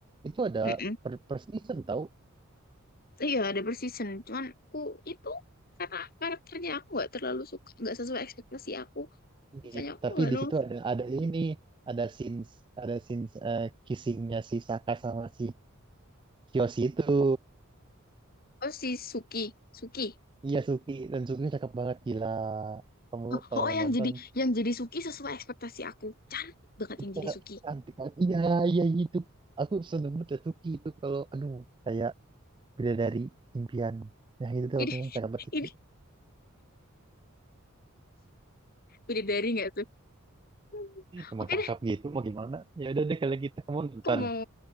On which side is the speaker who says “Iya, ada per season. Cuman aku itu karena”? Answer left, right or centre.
Left